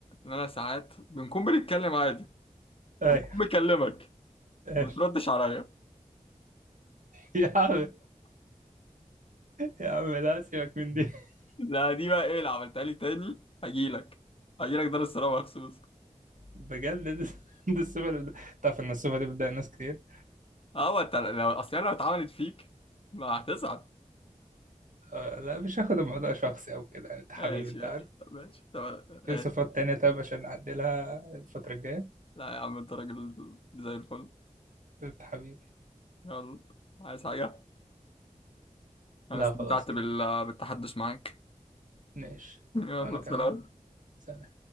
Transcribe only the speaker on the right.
ايوه
ماشي
<laughs> يا عم يا عم لا سيبك من دي <laughs>
بجد دي دي الصفة اللي بتضايق- تعرف ان الصفة دي بتضايق ناس كتير
آه، لا مش هاخد الموضوع شخصي او كده يعني انت حبيبي
انت
عارف
في
صفات تانية طب عشان نعدلها الفترة الجاية
انت حبيبي
لا
خلاص كده
ماشي
وانا كمان
سلام